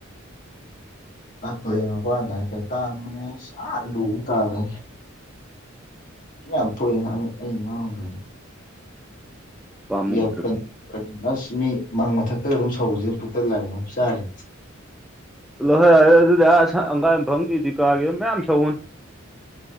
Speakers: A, on the left; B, in the centre.
A: ꯑꯥ ꯇꯨꯔꯦꯟ ꯃꯄꯥꯟꯗ ꯍꯥꯏꯇꯥꯏ ꯇꯥꯟꯕꯅꯦ ꯑꯁ ꯑꯥ ꯂꯨꯕꯕꯨ ꯇꯥꯜꯂꯦ <unintelligible>
B: ꯄꯥꯝꯃꯨꯗ꯭ꯔꯒ
A: ꯌꯥꯏ ꯑꯁ ꯃꯤ ꯃꯪ ꯃꯊꯛꯇꯒ ꯑꯗꯨꯝ ꯁꯧꯕꯁꯤꯦ ꯄꯨꯛꯇ ꯂꯥꯏꯔꯤ ꯑꯗꯨ ꯆꯥꯔ
B: ꯂꯣꯏꯍꯣꯏ ꯌꯥꯔꯦ ꯑꯗꯨꯗꯤ ꯑꯁ ꯍꯪꯒꯥꯥꯡ ꯌꯨꯝꯐꯝꯒꯤ ꯗꯤꯀꯥꯒꯤ ꯑꯗꯨꯝ ꯃꯌꯥꯝ ꯁꯧꯎꯅꯤ